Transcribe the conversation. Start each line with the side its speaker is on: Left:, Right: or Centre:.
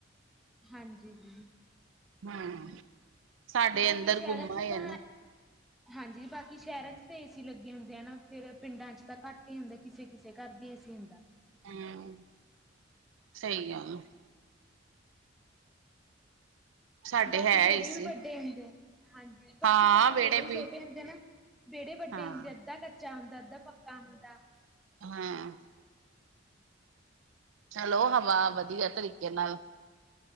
Centre: ਹਾਂਜੀ ਦੀਦੀ।
Right: ਹੂੰ ਸਾਡੇ
Centre: ਬਾਕੀ
Right: ਅੰਦਰ
Centre: ਸ਼ਹਿਰਾਂ
Right: ਗੁੰਮਾ
Centre: 'ਚ
Right: ਹੋ ਜਾਂਦਾ
Centre: ਤਾਂ
Right: ਹੈ।
Centre: ਹਾਂਜੀ ਬਾਕੀ ਸ਼ੈਰਾਂ ਚ ਤਾਂ ਏ ਸੀ ਲੱਗੇ ਹੁੰਦੇ ਆ ਨਾ ਫੇਰ ਪਿੰਡਾਂ ਚ ਤਾਂ ਘੱਟ ਈ ਹੁੰਦਾ ਕਿਸੇ-ਕਿਸੇ ਘਰ ਦੀ ਏ ਸੀ ਹੁੰਦਾ।
Right: ਹੂੰ ਸਹੀ <unintelligible> ਸਾਡੇ
Centre: ਬਾਕੀ
Right: ਹੈ
Centre: ਬੇਹੜੇ
Right: ਏਸੀ
Centre: ਵੀ ਵੱਡੇ ਹੁੰਦੇ ਹਾਂਜੀ ਬਾਕੀ
Right: ਹਾਂ
Centre: ਹਾਡੇ
Right: ਵਿਹੜੇ
Centre: ਬੇੜੇ
Right: ਵੀ
Centre: ਛੋਟੇ ਹੁੰਦੇ ਨਾ ਵੇੜੇ ਵੱਡੇ
Right: ਹਾਂ
Centre: ਹੁੰਦੇ ਅੱਧਾ ਕੱਚਾ ਹੁੰਦਾ ਅੱਧਾ ਪੱਕਾ ਹੁੰਦਾ
Right: ਹਾਂ। ਚਲੋ ਹਵਾ ਵਧੀਆ ਤਰੀਕੇ ਨਾਲ